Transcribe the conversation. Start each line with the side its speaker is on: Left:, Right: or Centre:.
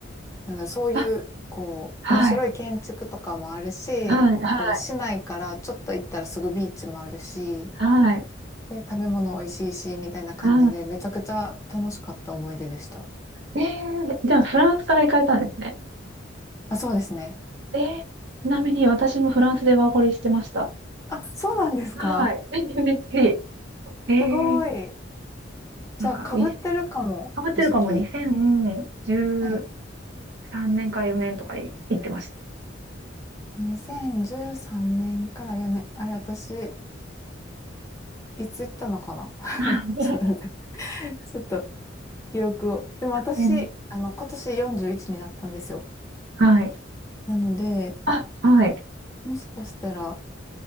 Left: なんだろう、そういう、
Right: あ、
Left: こう、
Right: はい。
Left: 面白い建築とかもあるし、
Right: はい。はい。
Left: こう、市内からちょっと行ったらすぐビーチもあるし、
Right: はい。
Left: で、食べ物美味しいし、みたいな感じで、
Right: は
Left: めちゃくちゃ楽しかった思い出でした。
Right: い。えー、じゃあフランスから行かれたんですね。
Left: あ、そうですね。
Right: えー、ちなみに私もフランスでワーホリしてました。
Left: あ、そうなんですか
Right: はい。<laughs> びっくり。えー、
Left: すごい。じゃあ、
Right: なんか、
Left: かぶってるかも、
Right: い、変わってるかも、
Left: 時期。
Right: 2010、
Left: はい。
Right: 3年から4年とかで行ってました。
Left: 2013年から4年。あれ、私、いつ行ったのかな <laughs>
Right: <laughs>
Left: ちょっと待って <laughs> ちょっと記憶を。でも私、
Right: うん
Left: あの、今年41になったんですよ。
Right: はい。
Left: なので、
Right: あ、はい。
Left: もしかしたら、